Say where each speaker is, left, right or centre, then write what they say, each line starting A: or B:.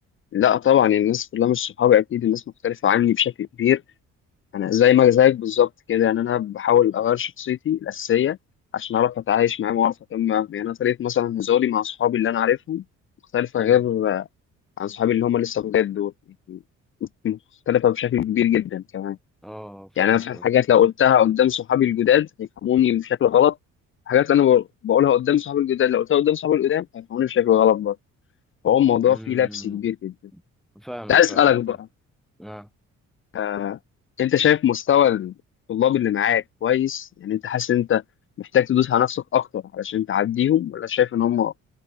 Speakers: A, on the left (about 45°); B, in the centre.
A: لا طبعا يعني الناس كلها مش صحابي اكيد الناس مختلفه عني بشكل كبير انا زي ما زيك بالظبط كده يعني انا بحاول اغير شخصيتي الاساسيه عشان اعرف اتعايش معاهم واعرف اكمل معاهم. يعني انا طريقه مثلا هزاري مع صحابي اللي انا عارفهم مختلفه
B: امم
A: غير آه، عن صحابي اللي هم لسه بجد دول يعني مختلفه بشكل كبير جدا كمان
B: اه فاهمك
A: يعني انا في حاجات لو قلتها قدام صحابي الجداد هيفهموني بشكل غلط حاجات انا بقول- بقولها قدام صحابي الجداد لو قلتها قدام صحابي القدام هيفهموني بشكل غلط برضه فهو الموضوع
B: امم
A: فيه لبس كبير جدا
B: فاهمك
A: كنت عايز
B: فاهمك
A: اسالك
B: فاهم
A: بقى
B: آه.
A: آه، انت شايف مستوى الطلاب اللي معاك كويس يعني انت حاسس ان انت محتاج تدوس على نفسك اكتر علشان تعديهم ولا شايف ان هم